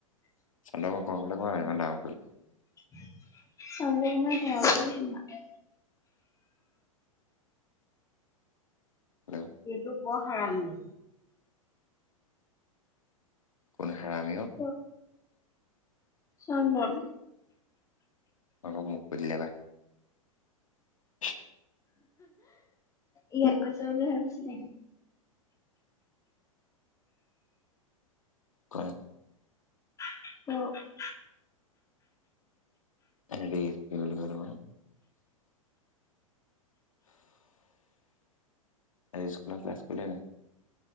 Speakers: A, on the left; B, on the left.
A: <unintelligible> গাল কোৱা নাই ইমান ডাঙ
B: <unintelligible>
A: হেল্ল'
B: এইটো বৰ হৰামি
A: কোনো হেৰামি ও
B: অ', চন্দন
A: অ', মোক কৰি লে বা <unintelligible>
B: ইয়াক কৈছ বুলি ভাবিছিলে
A: ক
B: <unintelligible>
A: হেৰি কি বুলি কৈ আজি স্কুলৰ ক্লাছ কৰিলেন নাই